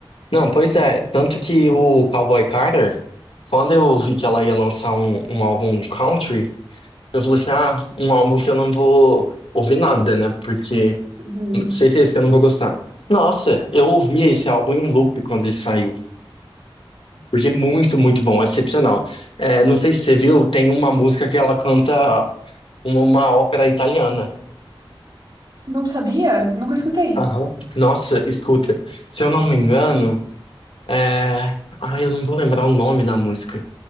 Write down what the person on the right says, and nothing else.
Uhum.
Não sabia? Nunca escutei.